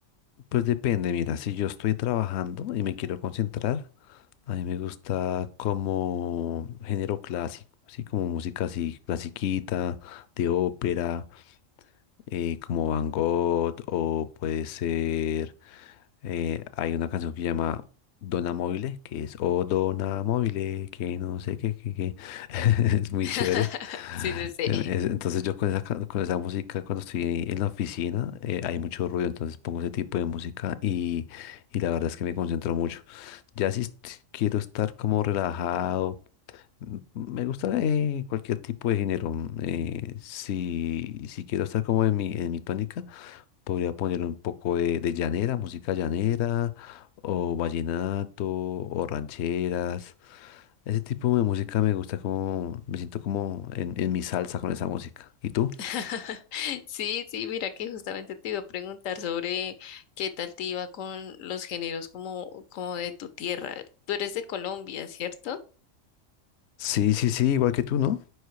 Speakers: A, on the left; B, on the left.
A: Pues depende, mira, si yo estoy trabajando y me quiero concentrar, a mí me gusta como género clásico, sí, como música así, clasiquita, de ópera eh, como Van Gogh o puede ser, eh, hay una canción que se llama Dona Mobile, que es O Dona Mobile, que no sé qué, qué, qué. <laughs> Es muy
B: <laughs>
A: chévere.
B: Sí, sí, sí.
A: Em, es- Entonces yo con esa, ca- con esa música cuando estoy en la oficina eh, hay mucho ruido, entonces pongo ese tipo de música y, y la verdad es que me concentro mucho. Ya si est- quiero estar como relajado Mm, Me gusta eh, cualquier tipo de género. mm, eh, si, si quiero estar como en mi, en mi tónica, podría poner un poco de, de llanera, música llanera, o vallenato, o rancheras. Ese tipo de música me gusta como, me siento como en, en mi salsa con esa música. ¿Y tú?
B: <laughs> Sí, sí, mira que justamente te iba a preguntar sobre qué tal te iba con los géneros como, como de tu tierra. Tú eres de Colombia, ¿cierto?
A: Sí, sí, sí, igual que tú, ¿no?